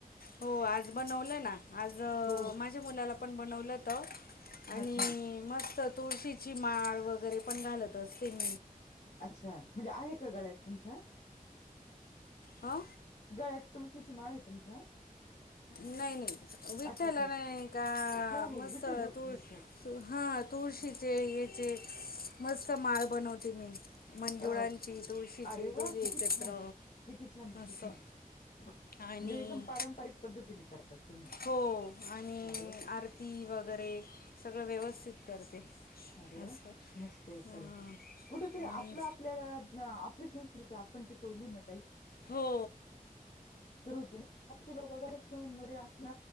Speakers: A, on the left; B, on the left.
A: हो आज बनवलं ना आज
B: हो
A: माझ्या मुलाला पन बनवलं होत आणि
B: अच्छा
A: मस्त तुळशीची माळ वगैरे पण घालत असतील.
B: अच्छा, म्हणजे आहे का गळ्यात तुमच्या?
A: आ!
B: गळ्यात तुळशीची माळ हे तुमच्या?
A: नाही नाही विठ्ठला
B: अच्छा अच्छा
A: नाही का
B: हो हो
A: मस्त
B: विठ्ठल रुक्
A: तू
B: ह्याच्यात
A: हा तुळशीचे याचे मस्त माळ बनवते मी. मंजुळांची
B: अ
A: तुळशीची
B: अरे
A: दोघे
B: वा किती
A: एकत्र
B: छान किती छान किती
A: असं.
B: छान म्हणजे
A: आणि
B: एकदम पारंपरिक पद्धतीने करतात. तुम्ही
A: हो आणि
B: अरे वा
A: आरती वगैरे सगळं व्यवस्थित करते.
B: अरे
A: असं
B: वा मस्त हे
A: अं,
B: चला कुठ तरी
A: आणि
B: आपलं आपल्याला आप ली संस्कृती आपण टिकवली ना ताई
A: हो!
B: तर होती ना <unintelligible> सन वगैरे असण.